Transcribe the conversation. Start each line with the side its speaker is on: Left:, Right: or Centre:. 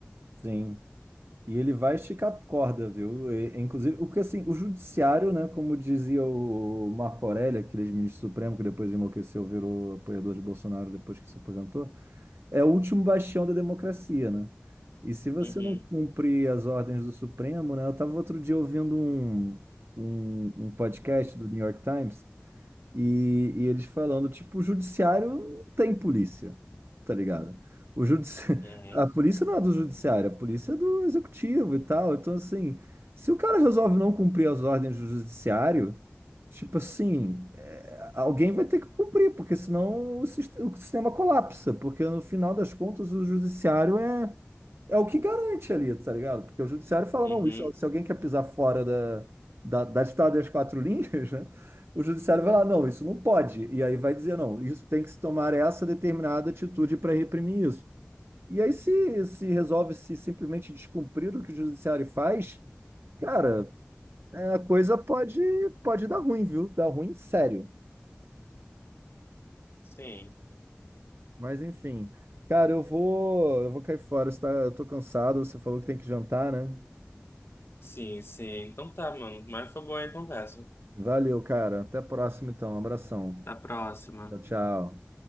Right: sim. E ele vai esticar a corda, viu? E- inclusive, porque assim, o judiciário, né, como dizia o Marco Aurélio, aquele ministro supremo que depois enlouqueceu, virou apoiador de Bolsonaro depois que se aposentou, é o último bastião da democracia, né? E se você
Left: Uhum.
Right: não cumprir as ordens do Supremo, né? Eu estava outro dia ouvindo um, um, um podcast do New York Times e, e eles falando, tipo, o judiciário não tem polícia, tá ligado? O judici... <laughs>
Left: Uhum.
Right: A polícia não é do judiciário, a polícia é do executivo e tal. Então, assim, se o cara resolve não cumprir as ordens do judiciário, tipo assim, é, alguém vai ter que cumprir, porque senão o, sis- o sistema colapsa, porque no final das contas o judiciário é é o que garante ali, tá ligado? Porque o judiciário fala,
Left: Uhum.
Right: não, isso, se alguém quer pisar fora da, da, da ditada das quatro <laughs> linhas, né? O judiciário vai lá, não, isso não pode. E aí vai dizer, não, isso tem que se tomar essa determinada atitude para reprimir isso. E aí se, se resolve se simplesmente descumprir o que o judiciário faz, cara, é, a coisa pode, pode dar ruim, viu? Dar ruim sério.
Left: Sim.
Right: Mas enfim, cara, eu vou, eu vou cair fora, você tá- eu tô cansado, você falou que tem que jantar, né?
Left: Sim, sim. Então tá, mano. Mas foi boa aí a conversa.
Right: Valeu, cara. Até a próxima, então. Abração.
Left: Até a próxima.
Right: Tchau, tchau.